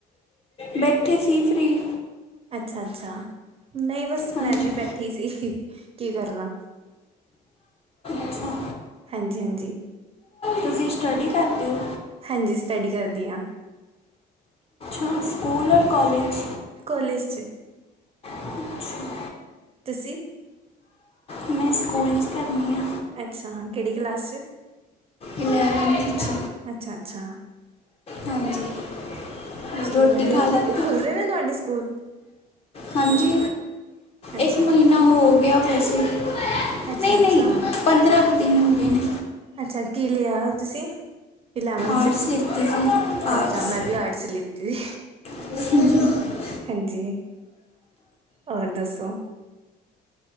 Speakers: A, on the left; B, on the right.
A: ਬੈਠੇ ਸੀ ਫਰੀ।
B: ਅੱਛਾ-ਅੱਛਾ, ਨਈ ਬੱਸ
A: ਹਾਂਜੀ
B: ਮੈਂ ਵੀ ਬੈਠ ਠੀਕ ਸੀ ਕੀ ਕਰਨਾ,
A: ਅੱਛਾ
B: ਹਾਂਜੀ-ਹਾਂਜੀ।
A: ਤੁਸੀਂ ਸਟੱਡੀ ਕਰਦੇ ਓ?
B: ਹਾਂਜੀ ਸਟੱਡੀ ਕਰਦੀ ਆ।
A: ਹਾਂ ਸਕੂਲ ਔਰ ਕੋਲੇਜ
B: ਕੋਲੇਜ ਚ
A: ਅੱਛਾ
B: ਤੁਸੀਂ?
A: ਮੈਂ ਸਕੂਲ ਚ ਕਰਨੀ ਆ।
B: ਅੱਛਾ ਕਿਹੜੀ ਕਲਾਸ 'ਚ?
A: ਇਲੈਵਨਥ 'ਚ।
B: ਅੱਛਾ-ਅੱਛਾ।
A: ਹਾਂਜੀ। ਹੋਰ
B: ਚਲੋ
A: ਰੋਟੀ
B: ਵਧੀਆ
A: ਖਾ ਲਿੱਤੀ
B: ਖੁ ਖੁੱਲ੍ਹ ਰੇ ਨੇ ਤੁਹਾਡੇ ਸਕੂਲ?
A: ਹਾਂਜੀ,
B: ਅੱਛਾ
A: ਇੱਕ ਮਹੀਨਾ ਹੋ ਗਿਆ ਵੈਸੇ,
B: ਅੱਛਾ
A: ਨਈ-ਨਈ
B: ਅੱਛਾ
A: ਪੰਦਰਾਂ ਦਿਨ ਹੋ ਗਏ ਨੇ।
B: ਅੱਛਾ ਕੀ ਲਿਆ ਤੁਸੀਂ? ਇਲੈਵਨ
A: ਆਰਟਸ
B: ਚ
A: ਲਿੱਤੀ ਸੀ ਆਰਟਸ
B: ਅੱਛਾ ਮੈਂ ਵੀ ਆਰਟਸ ਲਿੱਤੀ।
A: <inaudible>
B: ਹਾਂਜੀ, ਔਰ ਦੱਸੋ?